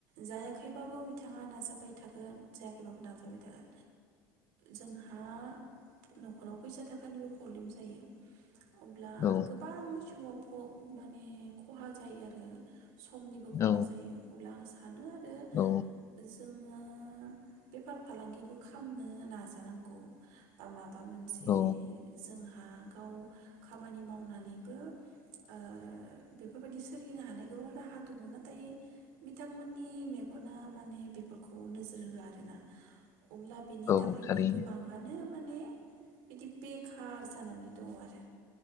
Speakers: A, on the right (about 80°); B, on the left (about 40°).
A: जायाखैबाबो बिथाङा नाजाबाय थागोन जायाखैबाबो नाजाबाय थागोन। जोंहा नखराव फैसा थाखानिबो प्रब्लेम जायो। अब्ला
B: औ
A: गोबां जिउआव माने खहा जायो आरो समनिबो खहा
B: औ
A: जायो अब्ला आं सा जोङो
B: औ
A: बेफार फालांगिबो खालामनो नाजानांगौ बा माबा बा मोनसे
B: औ
A: जोंहा गाव खामानि मावनानैबो ओ बेफोरबायदि सोलिनो हानाय गोबां राहा दङ नाथाय बिथांमोननि मेगना माने बेफोरखौ नोजोर होआ आरोना। अब्ला बेनि
B: औ
A: थाखायनो
B: थारैनो
A: गोबाङानो माने बिदि बे खार जानानै दङ आरो।